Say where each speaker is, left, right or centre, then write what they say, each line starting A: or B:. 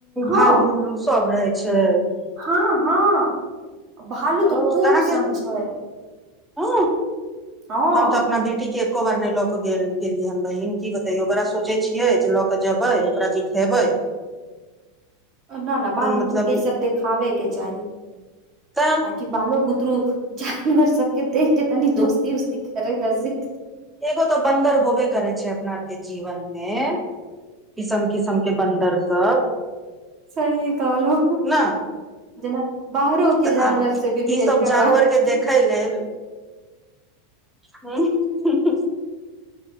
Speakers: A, on the right (about 40°); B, in the centre.
A: हँ
B: भालु उलु सब रहै छै
A: हँ हँ भालू
B: ओ
A: तऽ खूब
B: अहाँके
A: सन छै
B: हँ
A: हँ
B: हम तऽ अपना बेटी के एको बार नहि लऽ के गेल गेलियै हन बहिन की बतैयो बड़ा सोचे छियै जे लऽ के जेबै ओकरा जे खेबय
A: न न बाल बुतरुके
B: मतलब
A: ई सब देखाबेके चाही
B: तऽ
A: ता की बालो बुतरु जानवर सब के देख के तनि दोस्ती उस्ती करे ले सिख
B: एगो तऽ बन्दर होबे करै छै अपना आर के जीवन मे किसम किसम के बन्दर सब
A: सही कहलौं
B: ने
A: जेना बाहरो के
B: तऽ
A: जानवर
B: आब
A: से भी भेंट
B: ई सब
A: करबा
B: जानवर
A: कितना
B: के देख खै लेल <unintelligible> उंम्म